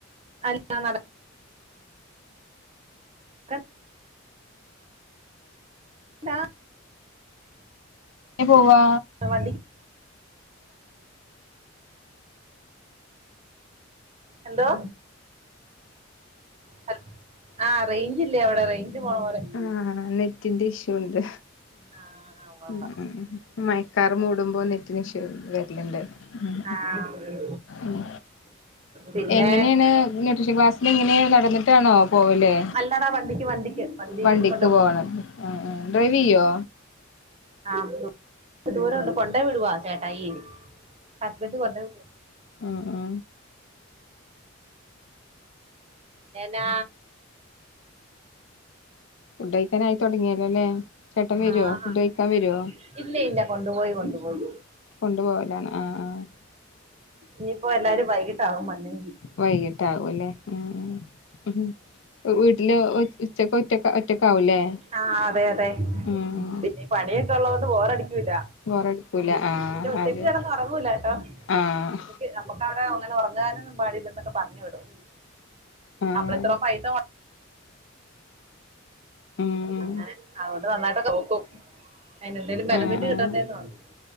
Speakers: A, on the right; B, on the left.
A: അല്ല നടക്ക നടക്കണ്ട ടാ
B: എങ്ങനെ പോവാ
A: വണ്ടിക് എന്തോ ഹ ലോ റേഞ്ച്ല്യ ഇവടെ റേഞ്ച് പോണപോലെണ്ട്
B: ആഹ് നെറ്റിന്റെ ഇഷ്യൂണ്ട്
A: ആഹ് ഉവ്വ
B: ഉം
A: ഉവ്വ
B: ഉം മയക്കാർ മൂടുമ്പോ നെറ്റിന് ഇഷ്യൂ വെര്ലിണ്ട് ഉം
A: ആഹ്
B: ഉം
A: പിന്നെ
B: എങ്ങനെണ് ന്യൂട്ട്രീഷൻ ക്ലാസ്സിന് എങ്ങനെയ നടന്നിട്ടാണോ പോവല്?
A: അല്ലടാ വണ്ടിക്ക് വണ്ടിക്ക് വണ്ടി
B: വണ്ടിക്ക്
A: കൊണ്ട വിടും
B: പോവണത് ആഹ് ആഹ് ഡ്രൈവെയ്യോ?
A: ആഹ് ദൂരംണ്ട് കൊണ്ടെയ് വിടുവാ ചേട്ടായി ഹസ്ബെന്റ് കൊണ്ടെവിടുവ
B: അഹ് അഹ്
A: ഏന്നാ
B: ഫുഡ് കഴിക്കാനായി തുടങ്ങിയലോല്ലേ ചേട്ടൻ വെരോ
A: ആഹ്
B: ഫുഡ് കഴിക്കാം വെരോ
A: ഇല്ല ഇല്ല കൊണ്ടുപോയി കൊണ്ടുപോയി
B: കൊണ്ടു പോവലാണ് ആഹ് ആഹ്
A: ഇനിയിപ്പോ എല്ലാരും വൈകിട്ടാവും വന്നെങ്കി
B: വൈകിട്ടാകുലേ ഉം ഉം വീട്ട്ല് ഒറ്റക്ക് ഒറ്റക്ക് ഒറ്റക്കാവുലെ
A: ആഹ് അതെ അതെ
B: ഉം ഉം
A: പിന്നെ ഈ പണിയൊക്കെ ഒള്ളോണ്ട് ബോറടിക്കൂല്ല
B: ബോറടിക്കൂല ആഹ്
A: പിന്നെ ഒറ്റയ്ക്ക്
B: അതെ
A: കെടന്ന് ഒറങ്ങൂലാട്ടോ
B: ആഹ്
A: ഉച്ചക്ക് നമ്മക്ക അങ്ങനെ ഒറങ്ങാനൊന്നും പാടില്ലന്നൊക്ക പർഞ്ഞ് വിടും
B: ആഹ്
A: നമ്മളെത്ര പൈസ മൊ
B: ഉം
A: അങ്ങനെ അതൊണ്ട് നന്നായിട്ടൊക്കെ നോക്കും അയ്നെന്തേലും ബെനഫിറ്റ്
B: ആഹ് ആഹ്
A: കിട്ടണ്ടേന്ന് പർഞ്ഞ്